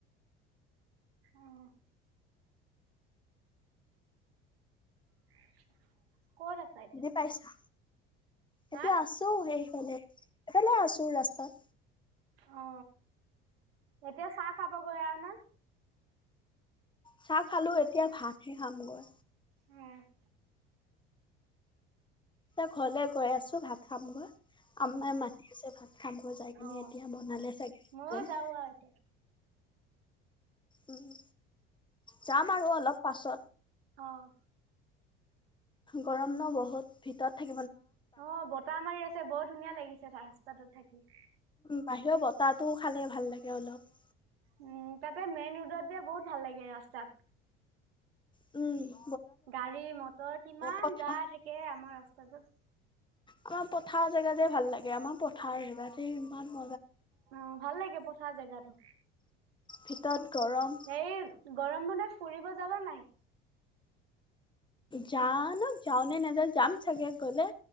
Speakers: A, on the right; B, on the left.
A: অহ', <unintelligible> ক'ত আছা এতিয়া?
B: বুজি পাইছা এতিয়া
A: হা?
B: আছো সেইফালে। এফালে আছো ৰাস্তাত।
A: অ, এতিয়া চাহ খাব গৈ আ নে?
B: চাহ খালোঁ এতিয়া ভাতে খামগৈ।
A: হে <unintelligible>
B: তে ঘৰলে গৈ আছো ভাত খাম গ আম মা মাই দেছে ভা খাব যাই কিনে
A: অ',
B: এতিয়া বনালে চাগে,
A: ময়ো
B: কন
A: যাওঁ আৰু এতিয়া,
B: উ উম। যাম আৰু অলপ পাছত।
A: অ'।
B: গৰম ন বহুত, ভিতৰত থাক
A: অ বতাহ মাৰি আছে বৰ ধুনীয়া লাগিছে ৰাস্তাটোত। থাকি
B: বাহিৰৰ বতাহটো খালে, ভাল লাগে অলপ।
A: উম তাপা মেইনৰোডত যে, বহুত ভাল লাগে ৰাস্তাত।
B: উ।
A: গাড়ী মটৰ কিমান
B: পথাৰ
A: যায় থাকে, আমাৰ ৰাস্তাটোত।
B: আমা পথাঅ জেগা তে ভাল লাগে, আমা পথাঅ জেগা যে ইমান ম
A: মম ভাল লাগে পঠাঅ জেগাটো।
B: ভিতৰত। গৰম
A: হেই গৰম মানে ফুৰিব যাবা নাই?
B: জাআনো, যাওনে নাযাও, যাম চাগে, গ'লে।